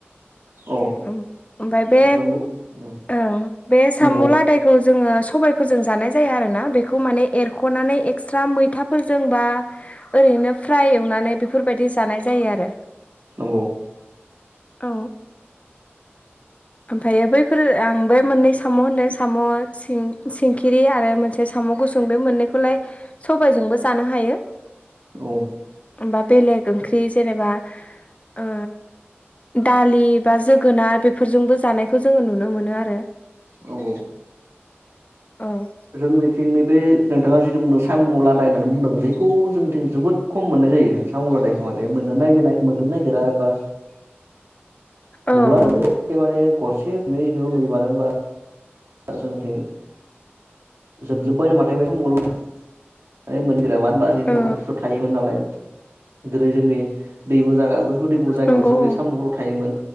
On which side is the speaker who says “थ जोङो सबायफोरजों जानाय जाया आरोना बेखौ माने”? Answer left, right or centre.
Left